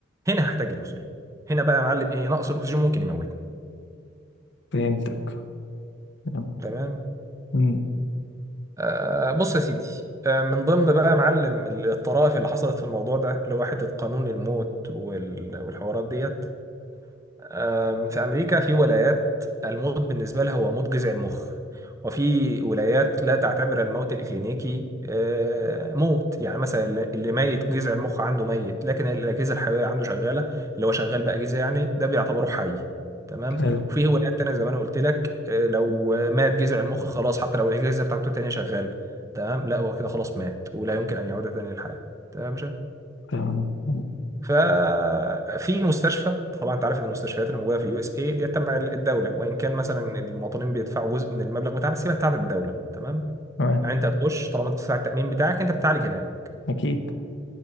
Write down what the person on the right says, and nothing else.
هنا هحتاج الاكسجين هنا بقى يا معلم ايه نقص الاكسجين ممكن يموتني
تمام
آه بص يا سيدي آه من ضمن بقى يا معلم الطرائف اللي حصلت في الموضوع ده اللي هو حته قانون الموت وال- والحوارات ديت أم، في أمريكا في ولايات الموت بالنسبة لها هو موت جذع المخ وفي ولايات لا تعتبر الموت الإكلينيكي أه، موت يعني مثلا اللي اللي ميت جذع المخ عنده ميت لكن الأجهزة الحيوية عنده شغالة اللي هو شغال بقى أجهزة يعني ده بيعتبره حي تمام
وفي ولايات تانية زي ما أنا قلت لك أه، لو مات جذع المخ خلاص حتى لو الأجهزة بتاعته التانية شغالة تمام لا هو كده خلاص مات ولا يمكن أن يعود تاني للحياة تمام يا باشا
ففي مستشفى طبعا انت عارف ان المستشفيات اللي موجوده في اليو اس اي دي تبع الدوله وان كان مثلا المواطنين بيدفعوا جزء من المبلغ بتاعها بس هي بتاعت الدوله تمام
يعني انت هتخش طالما انت بتدفع التامين بتاعك انت بتعالج هناك